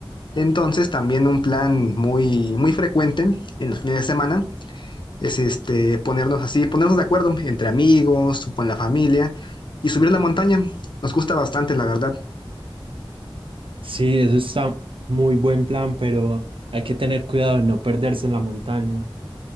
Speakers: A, on the left; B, on the right.
A: Entonces, también un plan muy, muy frecuente en los fines de semana es este ponernos así, ponernos de acuerdo entre amigos o con la familia y subir la montaña. Nos gusta bastante, la verdad.
B: sí, eso está muy buen plan, pero hay que tener cuidado de no perderse en la montaña.